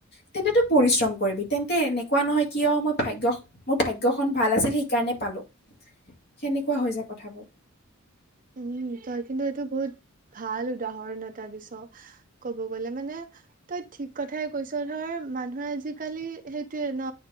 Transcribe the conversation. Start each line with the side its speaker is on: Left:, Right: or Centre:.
Left: তেন্ত তই পৰিশ্ৰম কৰিবি। তেন্তে এনেকুৱা নহয় কি হ মই ভাগ্য মোৰ ভাগ্য ভাগ্য খন ভাল আছিল সেইকাৰণে পালোঁ। সেনেকুৱা হৈ যায় কথাবোৰ।
Right: উ তই কিন্তু এইটো বহুত ভাল উদাহৰণ এটা দিছ। ক'ব গলে মানে ঠিক কথাই কৈছ। ধৰ মানুহে আজিকালি সেইটোৱে ন